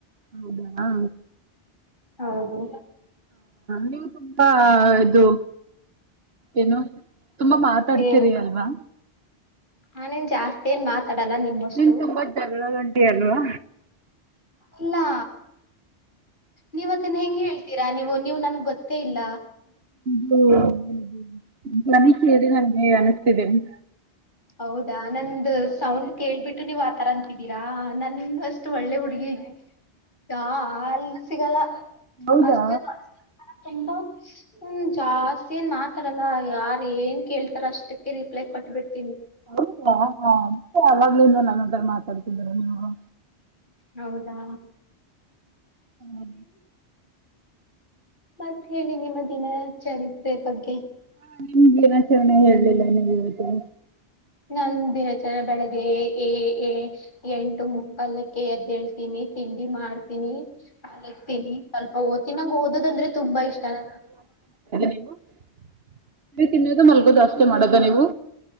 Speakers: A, on the right; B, on the left.
A: ಹೌದಾ ಹ
B: ಹೌದು
A: ನೀವು. <unintelligible> ಹ ಇದು ಏನು ತುಂಬಾ ಮಾತಾಡ್ತೀರಿ
B: ಏನು
A: ಅಲ್ವಾ.
B: ನಾನೇನ್ ಜಾಸ್ತಿ ಏನ್ ಮಾತಾಡಲ್ಲ ನಿಮ್ಮಷ್ಟು
A: ನಿನ್ ತುಂಬ್ದ ಜಗಳ ಗಂಟಿ ಅಲ್ವಾ.
B: ಇಲ್ಲಾ ನೀವತ್ತನ್ನ ಹೆಂಗ ಹೇಳ್ತೀರಾ ನೀವು ನೀವು ನನ್ಗ್ ಗೊತ್. ಗೊತ್ತೆ ಇಲ್ಲ.
A: <unintelligible> ಅನಿಸ್ತಿದ್ದೀನೆ.
B: ಹೌದಾ ನಂದ ಸೌಂಡ್ ಕೇಳ್ಬಿಟ್ಟು ನೀವ್ ಆತರ ಅಂತಿದ್ದೀರಾ ನಂದ ಅಷ್ಟು ಒಳ್ಳೆ ಹುಡುಗಿ. ಯಾ ಅಲ್ಲ ಸಿಗಲ್ಲ
A: ಹೌದಾ
B: ಅಷ್ಟೇ ತುಂಬಾ. ಹ್ಮ ಜಾಸ್ತಿ ಏನ್ ಮಾತಾಡಲ್ಲ ಯಾರ ಏನ್ ಕೇಳ್ತಾರ ಅಷ್ಟಕ್ಕೆ ರಿಪ್ಲೈ ಕೊಟ್ಬಿಟ್ಟ.
A: ಹೌದಾ ಹ ಯಾವಾಗ್ಲ ಇನ್ನು ನನ್ನತ್ರ ಮಾತಾಡ್ತಿದ್ದರ ನೀವು.
B: ಹೌದಾ.
A: ಹ್ಮ
B: ಮತ್ತ ಹೇಳಿ ನಿಮ್ಮ ದಿನ ಚರಿತ್ರೆ ಬಗ್ಗೆ.
A: ಹಾ ನಿಮಗೆ ದಿನಾಚರಣೆ ಹೇಲಿಲ್ಲ ನಿಮ್ಗೆ ಇವತ್ತ.
B: ನನ್ ಧೀನಾಥರ ಬೆಳಗ್ಗೆ ಎ ಎ ಎಂಟು ಮುಕ್ಕಾಲಕ್ಕೆ ಎದ್ ಹೇಳ್ತೀನಿ. ತಿಂಡಿ ಮಾಡ್ತೀನಿ. ಅತೀನಿ ಸ್ವಲ್ಪ ಓದ್ತಿನಂಗ ಓದದ ಅಂದ್ರೆ ತುಂಬಾ ಇಷ್ಟಾನ.
A: ಹ <inaudible> ನೀ ತಿನ್ವೋದು ಮಲ್ಗೋದ್ ಅಷ್ಟೇ ಮಾಡದ ನೀವು.